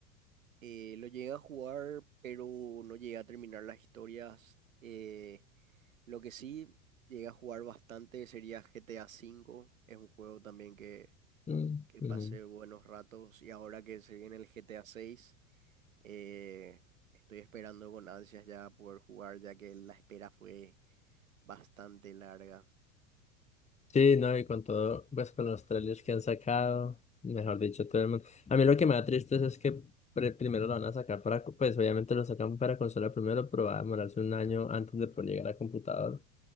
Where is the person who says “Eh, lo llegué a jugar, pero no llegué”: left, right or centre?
Right